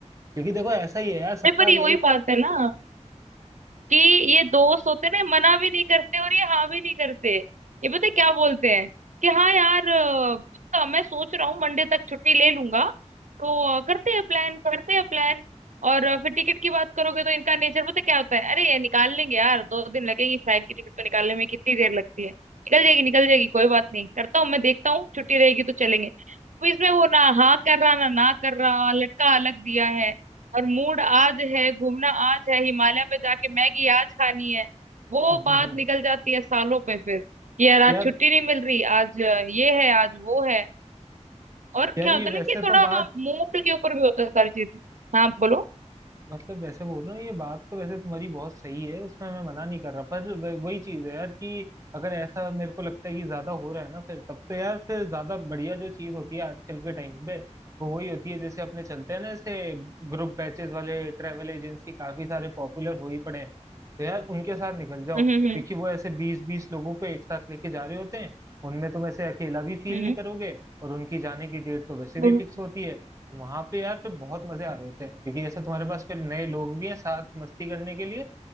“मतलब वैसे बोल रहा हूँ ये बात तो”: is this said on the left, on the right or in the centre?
Right